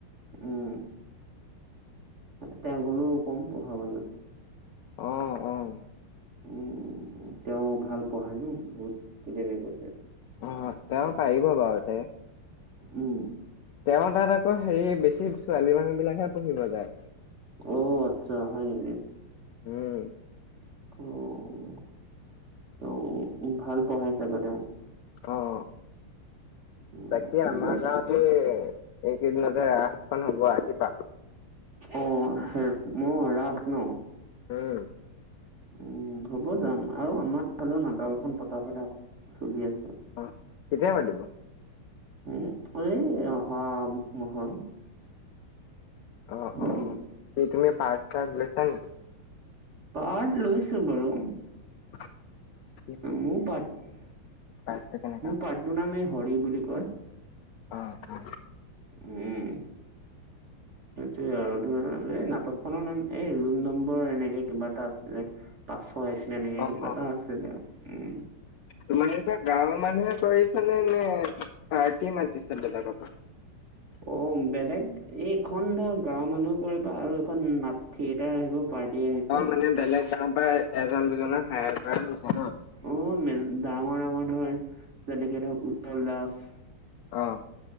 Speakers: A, on the right; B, on the left.
A: উম' তেওঁ গলও কম পঢ়া বলে।
B: অঁ অঁ'
A: উম উম উম' তেওঁ ভাল পঢ়াই ন বহুত ষ্টুডেনে কৈছে।
B: অঁ তেওঁ পাৰিব বাও তে-
A: উম'
B: তেওঁ তাত আকৌ হেৰি বেছি ছোৱালী মানুহ বিলাকহে পঢ়িব যায়।
A: অ' আৎচ্ছা হয় নেকি।
B: উম'
A: অঅঅ' অও' ভাল পঢ়াই চাগে তেওঁ।
B: অঁ অঁ'
A: উম,
B: বাকী
A: হ'ব
B: আমাৰ
A: অ',
B: গাঁৱতে এইকেইদিনতে ৰাসখন হব আহিবা।
A: অঁ' হে মও ৰাস ন।
B: উম'
A: উম' হ'ব যাম। আৰু আমাৰ ফালেও নাটক এখন পতা কথা চলি আছে।
B: অঁ' কেতিয়া পাতিব?
A: উম' এই অহা মা'হৰ-
B: অঁ
A: উম,
B: অঁ' এই তুমি পাৰ্ট চাৰ্ট লৈছা নি।
A: পাৰ্ট লৈছো বাৰু।
B: <inaudible>
A: মোৰ পাৰ্ট
B: পাৰ্টটো কেনেকা
A: মোৰ
B: হ'ব?
A: পাৰ্টো নাম এই হৰি বুলি কয়।
B: অঁ' অঁ'
A: উওম'
B: <inaudible>
A: এইটোৱেই আৰু ধৰ এই নাটক খনৰ নাম এই ৰুম নম্বৰ এনেকে কিবা এটা আছিলে। পাছ ছয় আছিল এনেকে
B: অ'
A: কিবা এটা আছিলে। উম'
B: তোমালোক গাঁওৰ মানুহে কৰিছানে নে পাৰ্টি মাতিছা বেলেগৰ পা।
A: অ' বেলেগ এই এইখন ধৰ গাঁৱৰ মানুহ কৰিব, আৰু এইখন নাট- থিয়েটাৰ আহিব- পাৰ্টি আহিব।
B: অ‍ঁ' মানে বেলেগ গাঁৱৰ পৰা এজন দুজনক হাইয়াৰ কৰা হৈছে ন।
A: অ' মে ডাঙৰ ডাঙৰ ধৰ যেনেকে ধৰক উৎপল দাস।
B: অঁ'